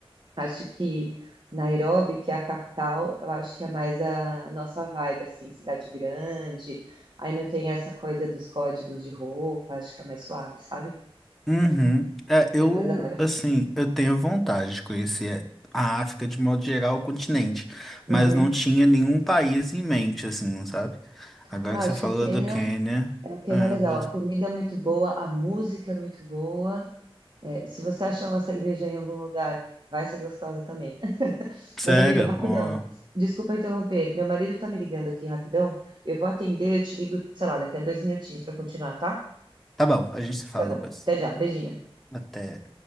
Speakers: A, on the right; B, in the centre.
A: acho que Nairobi, que é a capital, eu acho que é mais a, a nossa vibe, assim, cidade grande. Aí não tem essa coisa dos códigos de roupa, acho que é mais suave, sabe?
B: Uhum. É, eu,
A: É mais da hora.
B: assim, eu tenho vontade de conhecer a África de modo geral, o continente,
A: Uhum.
B: mas não tinha nenhum país em mente, assim, sabe? Agora
A: Ah,
B: que
A: acho
B: você falou
A: que Quênia,
B: do Quênia,
A: é, o Quênia
B: é,
A: é legal.
B: eu vou-
A: A comida é muito boa, a música é muito boa. É, se você achar uma cerveja em algum lugar, vai ser gostosa também. <laughs>
B: sério,
A: Mas, amigo, rapidão.
B: ó.
A: Desculpa interromper. Meu marido tá me ligando aqui rapidão. Eu vou atender, eu te ligo, sei lá, daqui a dois minutinhos para continuar, tá?
B: Tá bom, a gente se fala
A: Tá bom.
B: depois.
A: Até já. Beijinho.
B: Até.